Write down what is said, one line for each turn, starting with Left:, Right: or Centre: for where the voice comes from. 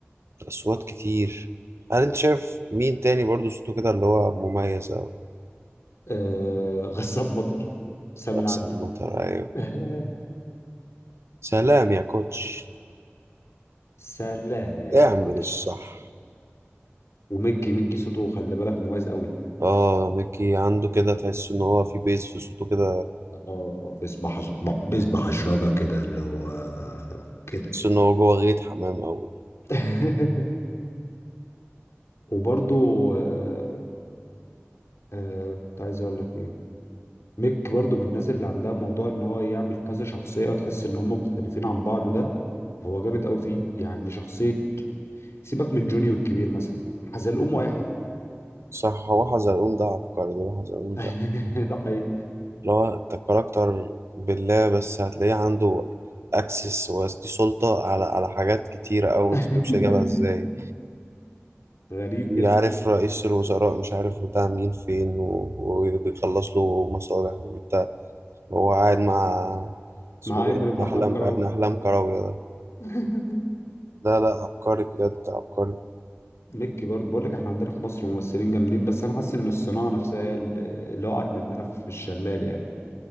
Right: اصوات كتير هل انت شايف مين تاني برضه صوته كده اللي هو مميز قوي
Left: آه غسان مطر سامي
Right: رأس
Left: العدل
Right: المطر ايوه
Left: <laughs> آه،
Right: سلام يا كوتش
Left: سلام يا
Right: اعمل
Left: كوتش
Right: الصح
Left: وميكي ميكي صوته خلي بالك مميز قوي
Right: اه ميكي عنده كده تحس ان هو في بيز في صوته كده
Left: اه بيسبح بيسبح اشراجة كده اللي هو كده
Right: تحس ان هو جوه غيط حمام قوي
Left: <laughs> وبرضو آه، آه، كنت عايز اقول لك ايه ميك برضو من الناس اللي عندها موضوع ان هو يعمل كذا شخصية تحس ان هم مختلفين عن بعض ده هو جامد قوي فيه يعني شخصية سيبك من جوني والكبير مثلا حزلقوم واي حد
Right: صح هو حزلقوم ده عبقري ده حزلقوم
Left: <laughs>
Right: ده
Left: ده حقيقي
Right: اللي هو انت كاركتر بالله بس هتلاقيه عنده اكسس ودي سلطة على على حاجات كتيرة أوي
Left: <laughs>
Right: متفهمش جابها ازاي
Left: غريب
Right: يعرف
Left: جدا
Right: رئيس الوزراء مش عارف بتاع مين فين و- وبيخلص له مصالح وانت هو قاعد مع اسمه
Left: مع عامر
Right: ايه ده
Left: ابن
Right: ابن أحلام
Left: احلام كراوي
Right: ابن أحلام كراوية ده
Left: <laughs>
Right: لا لا عبقري بجد عبقري
Left: مكي برضه بقول لك احنا عندنا في مصر ممثلين جامدين بس انا حاسس ان الصناعه نفسها هي اللي اللي وقعت مننا في الشلال يعني